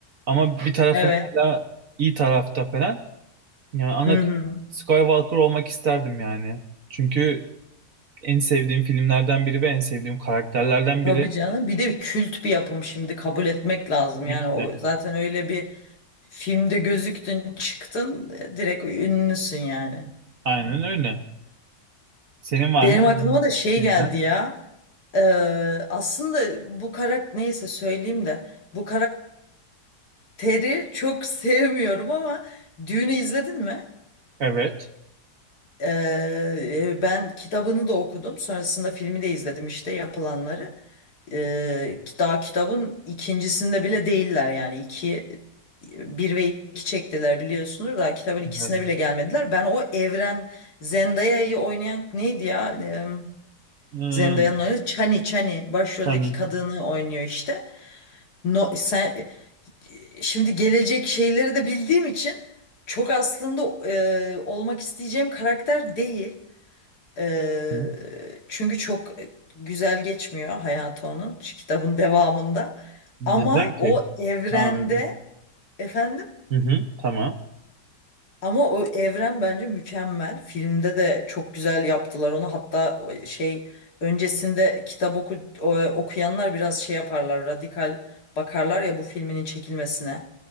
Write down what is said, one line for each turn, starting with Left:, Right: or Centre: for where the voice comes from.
Right: Ama bir tarafın
Left: Evet.
Right: hala iyi tarafta falan. Yani Anakin
Left: Hı hı.
Right: Skywalker olmak isterdim yani. Çünkü en sevdiğim filmlerden biri ve en sevdiğim karakterlerden
Left: Tabii
Right: biri.
Left: canım. Bir de kült bir yapım şimdi kabul etmek lazım.
Right: Tabii
Left: Yani
Right: ki
Left: o
Right: de.
Left: zaten öyle bir filmde gözüktün, çıktın, e, direkt ünlüsün yani.
Right: Aynen öyle. Senin var
Left: Benim
Right: mı? Hangi
Left: aklıma da
Right: bir
Left: şey
Right: Filmden.
Left: geldi ya. Ee, aslında bu karakter neyse söyleyeyim de bu karakteri çok <laughs> sevmiyorum ama Düğün'ü izledin mi?
Right: Evet.
Left: Ee, ben kitabını da okudum. Sonrasında filmi de izledim işte yapılanları. Ee, daha kitabın ikincisinde bile değiller yani iki bir ve iki çektiler biliyorsunuz. Daha kitabın ikisine
Right: Evet.
Left: bile gelmediler. Ben o evren Zendaya'yı oynayan neydi ya? Ee,
Right: Hmm,
Left: Zendaya'nın oynadığı Chani Chani başroldeki
Right: yani,
Left: kadını oynuyor işte. No, sen e, şimdi gelecek şeyleri de bildiğim için çok aslında e, olmak isteyeceğim karakter değil. E,
Right: hı.
Left: çünkü çok e, güzel geçmiyor hayatı onun şu kitabın devamında.
Right: Neden
Left: Ama
Right: ki?
Left: o evrende
Right: Aa,
Left: efendim
Right: hı hı, tamam.
Left: ama o evren bence mükemmel. Filmde de çok güzel yaptılar onu. Hatta o şey öncesinde kitap oku, o- okuyanlar biraz şey yaparlar radikal bakarlar ya bu filminin çekilmesine.